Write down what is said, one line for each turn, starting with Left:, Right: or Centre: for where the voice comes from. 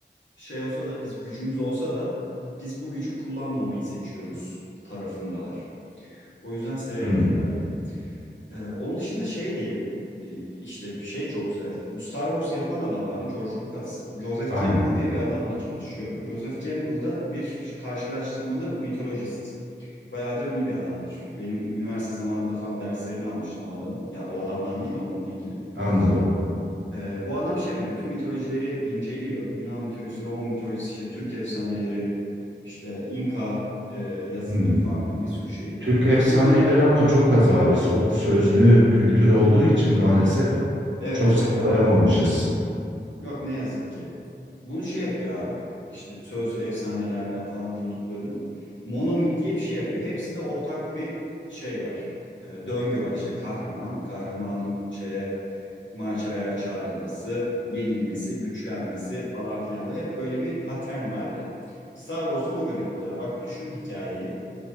Left: şey olsa da biz gücümüz olsa da biz bu gücü kullanmamayı seçiyoruz tarafındalar. O yüzden severim
Right: Hmm,
Left: Jedi'ları. Ee, onun dışında şey diye bir- işte şey çok güzel. Bu Star Wars yapan adam abi George Lucas, Joseph
Right: aynen.
Left: Campbell diye bir adamla çalışıyor. Joseph Campbell da bir karşılaştırmalı mitolojist. Bayağı da ünlü bir adamdır. Benim üniversite zamanımda falan derslerini almıştım o adamın. Ya o adamdan değil de onunla ilgili.
Right: Anladım.
Left: Ee, bu adam şey yapıyor, bütün mitolojileri inceliyor. Yunan mitolojisi, Roma mitolojisi, işte Türk efsaneleri, işte İnka e, yazıtları
Right: Hmm.
Left: falan filan bir sürü şeyi.
Right: Türk efsaneleri
Left: Ve bunlar
Right: ama çok az abi. So- sözlü kültür olduğu için maalesef
Left: evet
Right: çok saklayamamışız.
Left: öyle ama Yok ne yazık ki. Bunu şey yapıyor abi. İşte sözlü efsanelerden falan bulduklarını. Monomit diye bir şey yapıyor. Hepsinde ortak bir şey var. E, döngü var işte kahraman. Kahramanın şeye maceraya çağrılması, yenilmesi, güçlenmesi falan filan. Böyle hep böyle bir patern var ya. Star Wars'u ona göre yapıyorlar. Bak düşün hikayeyi.